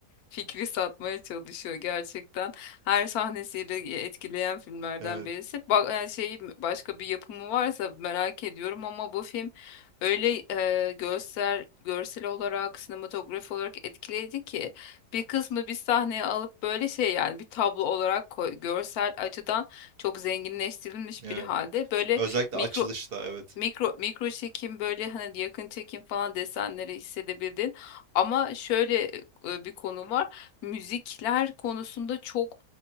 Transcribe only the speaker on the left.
fikri satmaya çalışıyor gerçekten. Her sahnesiyle etkileyen filmlerden
birisi. Bak yani şey başka bir yapımı varsa merak ediyorum ama bu film öyle e, görsel görsel olarak sinematografi olarak etkileyici ki bir kısmı bir sahneye alıp böyle şey yani bir tablo olarak koy, görsel açıdan çok zenginleştirilmiş
bir halde böyle
mikro
Mikro, mikro çekim böyle hani yakın çekim falan desenleri hissedebildin. Ama şöyle e, bir konu var. Müzikler konusunda çok